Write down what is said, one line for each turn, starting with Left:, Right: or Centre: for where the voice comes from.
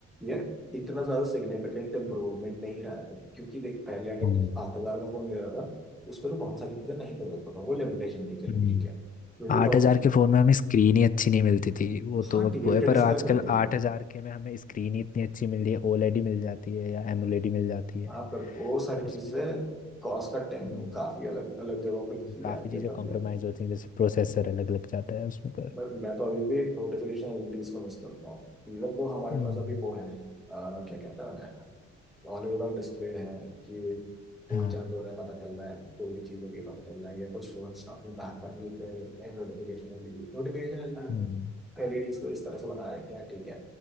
Centre: ये इतना ज्यादा सिग्निफिकेंट इम्प्रूवमेंट नहीं रहा है क्योंकि देख पहले अगर
Left: हम्म
Centre: तू आठ हजार का फोन ले रहा था उस पर तो बहुत सारी चीजें नहीं कर सकता था वो लिमिटेशन थी चलो
Left: हम्म,
Centre: ठीक है ट्वेंटी
Left: आठ
Centre: थाउजेंड
Left: हजार के फोन में हमें स्क्रीन ही अच्छी नहीं मिलती थी वो तो
Centre: हाँ
Left: अब
Centre: टीएफटी
Left: वो है पर
Centre: डिस्प्ले
Left: आजकल
Centre: मिलती थी
Left: आठ हजार के में हमें स्क्रीन ही इतनी अच्छी मिल रही है ओलेडी मिल जाती है या एमोलेडी मिल जाती है
Centre: हाँ पर वो सारी
Left: पर
Centre: चीजें
Left: इसमें
Centre: कॉस्ट कटिंग
Left: हम्म,
Centre: काफी अलग अलग जगहों पे
Left: हम्म,
Centre: की जाती
Left: काफी चीजें
Centre: है तभी
Left: कॉम्प्रोमाइज
Centre: और
Left: होती हैं जैसे प्रोसेसर अलग लग जाता है उसमें पर
Centre: बट मैं तो अभी भी नोटिफिकेशन एलईडीज को मिस करता हूँ इवन तो हमारे
Left: हम्म,
Centre: पास अभी वो है क्या कहता है ऑल ओवर डिस्प्ले है कि फोन
Left: हाँ
Centre: चार्ज हो रहा है पता चल रहा है कोई भी चीज हो रही है पता चल रहा है या कुछ फोन्स अपने बैक पैनल पे नोटिफिकेशन एलईडी नोटिफिकेशन
Left: हम्म।
Centre: एलईडी इसको इस तरह से बना रहे हैं क्या ठीक है